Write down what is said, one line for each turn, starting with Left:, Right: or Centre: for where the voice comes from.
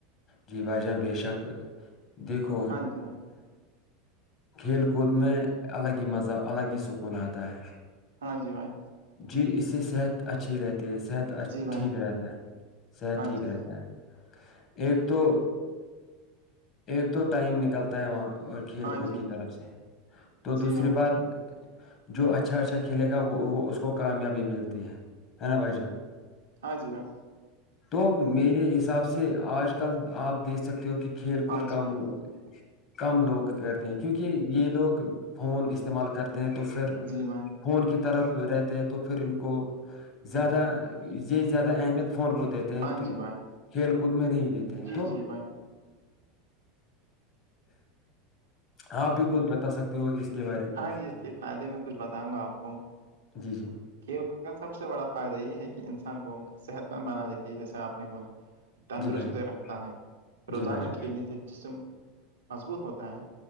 Left: جی بھائی جان بےشک دیکھو
Right: ہاں جی بھائی
Left: کھیل کود میں الگ ہی مزہ الگ ہی سکون آتا ہے
Right: ہاں جی بھائی
Left: جی اس سے صحت اچھی رہتی ہے صحت
Right: جی بھائی
Left: ٹھیک رہتا ہے صحت
Right: ہاں
Left: ٹھیک
Right: جی بھائی
Left: رہتا ہے ایک تو ایک تو ٹائم نکلتا ہے وہاں اور کھیل
Right: ہاں
Left: کود
Right: جی
Left: کی طرف سے تو
Right: جی
Left: دوسری
Right: بھائی
Left: بات جو اچھا اچھا کھیلے گا وہ وہ اس کو کامیابی ملتی ہے ہے نا بھائی جان
Right: ہاں جی بھائی
Left: تو میرے حساب سے آج کل آپ دیکھ سکتے ہو کہ کھیل
Right: ہاں
Left: کوود کم
Right: جی بھائی
Left: کم لوگ کرتے ہیں کیونکہ یہ لوگ فون استعمال کرتے ہیں تو پھر
Right: جی بھائی
Left: فون کی طرف رہتے ہیں تو پھر ان کو زیادہ یہ زیادہ اہمیت فون کو د
Right: ہاں
Left: تو
Right: جی بھائی
Left: کھیل کود میں نہیں دیتے ہیں
Right: جی
Left: تو
Right: جی بھائی
Left: ہاں بھی کوئی بتا سکتے تو اس کے بارے میں
Right: ہاں جی اس کے فائدے میں کچھ بتاؤں گا آپ کو
Left: جی جی
Right: کھیل کا سب سے بڑا فائدہ یہ ہے کہ انسان کو صحت مند بنا دیتی ہے جیسے آپ نے بولا تندرست
Left: جی بھائی جان
Right: رکھتا ہے روزانہ
Left: جی بھائی جان
Right: کھیلنے سے جسم مضبوط ہوتا ہے